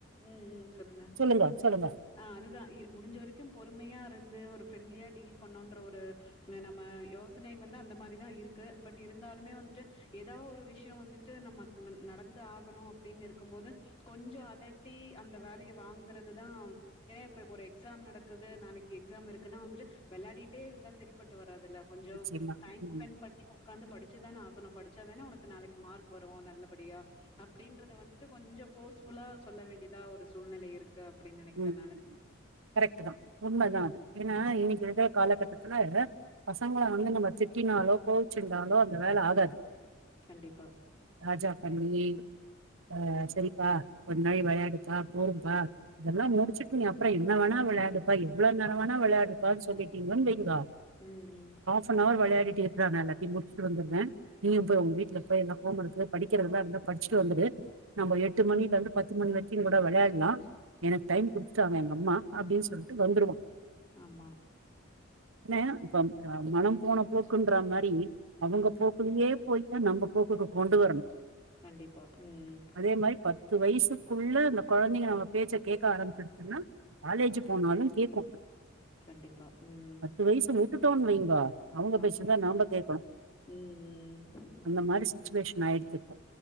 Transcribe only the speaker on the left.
ம் ம் சொல்லுங்க
ஆ அதுதான் முடிஞ்ச வரைக்கும் பொறுமையா இருந்து ஒரு ஃப்ரெண்ட்லியா டீல் பண்ணுன்ற ஒரு இங்க நம்ம யோசனை வந்து அந்த மாரிதான் இருக்கு பட் இருந்தாலுமே வந்துட்டு ஏதா ஒரு விஷயம் வந்துட்டு நம்ம நடந்து ஆகணும் அப்டின்னு இருக்கும்போது கொஞ்சம் அதட்டி அந்த வேலையை வாங்குறதுதான் ஏனா இப்ப ஒரு எக்ஸாம் நடக்குது நாளைக்கு எக்ஸாம் இருக்குன்னா வந்துட்டு விளையாடிட்டே இருந்தா செரிப்பட்டு வராது இல்ல கொஞ்சம்
டைம்
ஸ்பெண்ட் பண்ணி உட்காந்து படிச்சுதானே ஆகணும் படிச்சாத தானே உனக்கு நாளைக்கு மார்க் வரும் நல்ல படியா அப்டின்றத வந்துட்டு கொஞ்சோ போர்ஸ்புல்லா சொல்ல வேண்டியதா ஒரு சூழ்நிலை இருக் க்கு அப்டின்னு நெனைக்கிறேன்
நானு.
ம்
கண்டிப்பா
ம் ம்
ஆமா
கண்டிப்பா ம்
கண்டிப்பா. ம்.
அவ்
ம்.